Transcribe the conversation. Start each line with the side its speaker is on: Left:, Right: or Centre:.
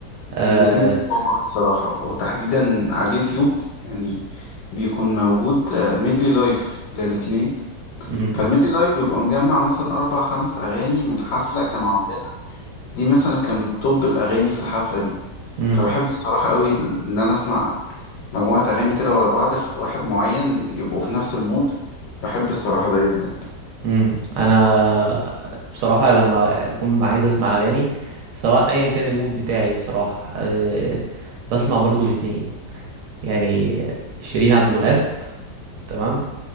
Right: اه
Left: الاتنين بحبهم قوي الصراحة وتحديدا على اليوتيوب يعني بيكون موجود آه، ميدلي لايف للاتنين
Right: امم
Left: فالميدلي لايف بيبقى مجمع مثلا أربع خمس أغاني من حفلة كانوا عاملينها دي مثلا كان توب الأغاني في الحفلة دي
Right: امم
Left: فبحب الصراحة قوي ال- إن أنا أسمع مجموعة أغاني كده ورا بعض لف- واحد معين يبقوا في نفس المود بحب الصراحة ده جدا
Right: امم انا بصراحة لما اكون عايز اسمع اغاني سواء ايا كان المود بتاعي بصراحة أه بسمع برضو الاتنين يعني شيرين عبد الوهاب تمام